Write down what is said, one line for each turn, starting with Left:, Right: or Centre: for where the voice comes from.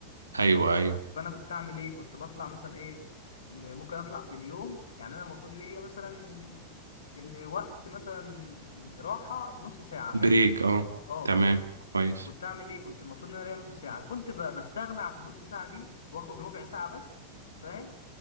Right: ايوه ايوه
Left: فانا كنت اعمل ايه كنت بطلع مثلا ايه م- ممكن اطلع في اليوم يعني انا المفروض ليا مثلا ال- آه، وقت مثلا راحه نص ساعه حلو
Right: بريك اه
Left: اه
Right: تمام
Left: بريك
Right: كويس
Left: كنت اعمل ايه كنت المفروض ان انا ليا نص ساعه كنت ب- بستغنى عن النص ساعه دي واخد ربع ساعه بس فاهم